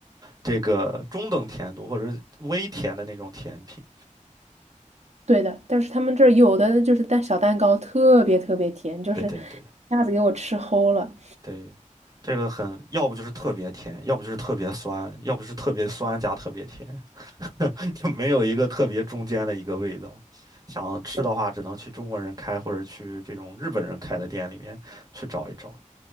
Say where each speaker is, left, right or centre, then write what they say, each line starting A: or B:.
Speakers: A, on the right (about 30°); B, on the right (about 55°).
A: 这个中等甜度或者是微甜的那种甜品。
B: 对的，但是他们这儿有的就是蛋小蛋糕特别特别甜，就是一
A: 对对对
B: 下子给我吃齁了。
A: 对，这个很，要不就是特别甜，要不就是特别酸，要不是特别酸加特别甜。就没有一个特别中间的一个味道。想吃的话，
B: 对，
A: 只能去中国人开或者去这种日本人开的店里面去找一找。